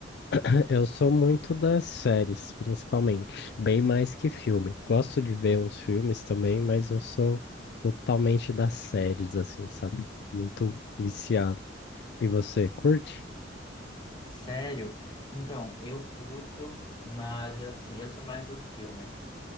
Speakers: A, on the left; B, on the left.
A: <laughs> Eu sou muito das séries, principalmente. Bem mais que filme. Gosto de ver uns filmes também, mas eu sou totalmente das séries, assim, sabe? Muito viciado. E você, curte?
B: Sério? Então, eu curto, mas eu assim, eu sou mais do filme.